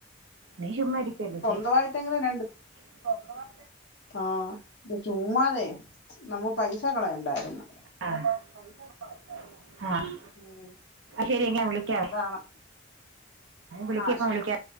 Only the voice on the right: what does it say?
നീ ചുമ്മാ ഇരിക്കുവല്ലേ ചെയ്
<unintelligible>
<unintelligible> ആഹ്
ശെരി ന്നാവിളിക്കാവെ
വിളിക്ക
പ്പ
വിളിക്ക